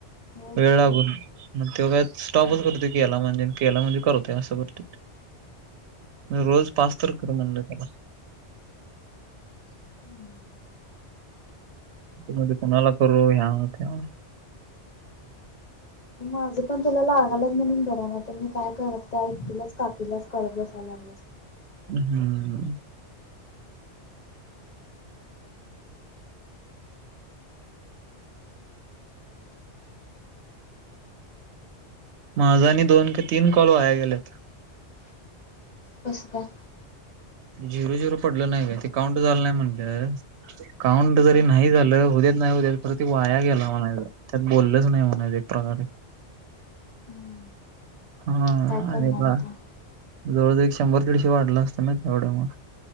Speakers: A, on the left; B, on the right.
A: होयच
B: वेळ लागून
A: की मग.
B: मग तो काय स्टॉपच
A: हम्म.
B: रद्द केला म्हणे. केला म्हणजे करतय. असं वाटते. मी रोज पाच तर कर, म्हनलं त्याला.
A: हम्मम
B: म कुणाला करू? ह्याव त्याव.
A: माझं पण तुला लागालय म्हणून बराय, नाहीतर मी काय करत का तुलाच काकी लाच करत बसायला <inaudible>
B: हम्मम. माझ आनी दोन का तीन कॉल वाया गेलेत.
A: कस का?
B: झिरो झिरो पडलं नाही काय, ते काउंट झालं नाही म्हनल. काउंट
A: हम्म.
B: जरी नाही झालं उद्या नाही उद्या परती वाया गेला म्हणायचं त्यात बोललंच नाही म्हनायचं एक प्रकारे.
A: हम्म.
B: हा.
A: काय करणार
B: अरे बा.
A: आता
B: जवळजवळ एक शंभर दीडशे वाढलं असतं ना, तेवढ्या म